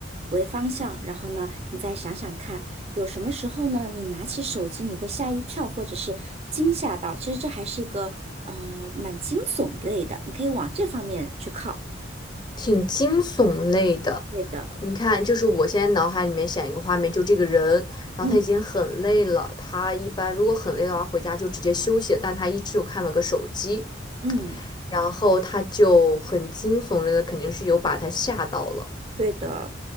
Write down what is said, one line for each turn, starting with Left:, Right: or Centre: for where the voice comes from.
Right: 为方向，然后呢，你再想想看，有什么时候呢，你拿起手机你会吓一跳，或者是惊吓到，其实这还是一个呃蛮惊悚类的，你可以往这方面去靠。
Left: 挺惊悚类的。
Right: 对的，
Left: 你看，就是我现在脑海里面想一个画面，就这个人，然后他已经很累了，
Right: 嗯
Left: 他一般如果很累的话，回家就直接休息，但他依旧看了个手机，
Right: 嗯，
Left: 然后他就很惊悚类的，肯定是有把他吓到了。
Right: 对的，